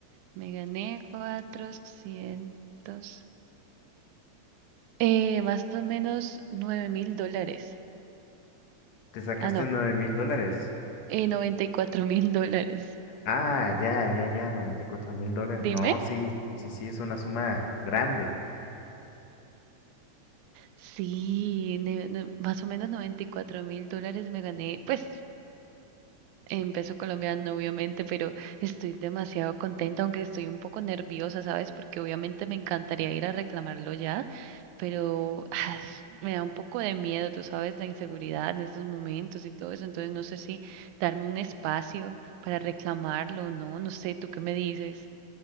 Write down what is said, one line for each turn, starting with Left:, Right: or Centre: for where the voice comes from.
Right: Me gané 400 eh, más o menos nueve mil dólares.
Left: Te sacaste
Right: Ah, no.
Left: nueve mil dólares.
Right: Eh, noventa y cuatro mil dólares.
Left: Ah, ya, ya, ya, 94 mil dólares.
Right: Dime.
Left: No, sí, sí, sí, es una suma grande.
Right: Sí, ne- ne- más o menos noventa y cuatro mil dólares me gané. Pues en peso colombiano, obviamente, pero estoy demasiado contenta, aunque estoy un poco nerviosa, ¿sabes? Porque obviamente me encantaría ir a reclamarlo ya, pero <sighs> ah, me da un poco de miedo, tú sabes, la inseguridad en estos momentos y todo eso, entonces no sé si darme un espacio para reclamarlo o no, no sé, ¿tú qué me dices?